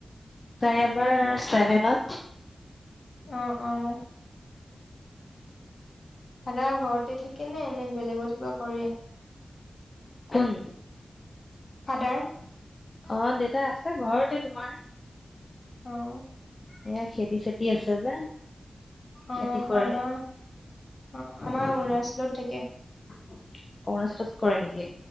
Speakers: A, on the left (about 40°); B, on the left (about 60°).
A: তাই এবাৰ চেভেনত।
B: অ', অ'। দাদা ঘৰতে থাকে নে এনে বেলেগত কিবা কৰে?
A: কোন?
B: ফাদাৰ?
A: অ', দেউতা আছে ঘৰতে তোমাৰ।
B: অ'।
A: এয়া খেতি চেতি আছে যে।
B: অ',
A: খেতি কৰে।
B: আমাৰ অ', আমাৰ
A: অৰুণাচলত
B: অৰুণাচলত থাকে।
A: কৰে নেকি?